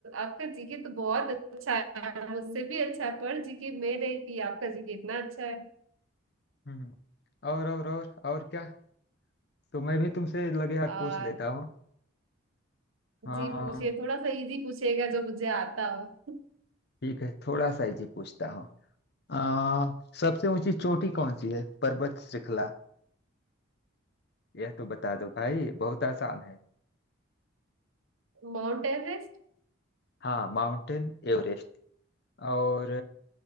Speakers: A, on the right; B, on the left.
A: आपका जीके तो बहुत अच्छा है मुझसे भी अच्छा है पर जीके में नहीं थी आपका जीके इतना अच्छा है
B: हम्म और और और और क्या तो मैं भी तुमसे लगे हाथ
A: आ,
B: पूछ लेता हूँ हाँ
A: जी पूछिए थोड़ा सा इजी पूछिएगा जो मुझे आता हो
B: ठीक है थोड़ा सा इजी पूछता हूँ आ, सबसे ऊंची चोटी कौन सी है पर्वत श्रृंखला यह तो बता दो भाई बहुत आसान है
A: Mount Everest
B: हाँ माउंटेन एवरेस्ट और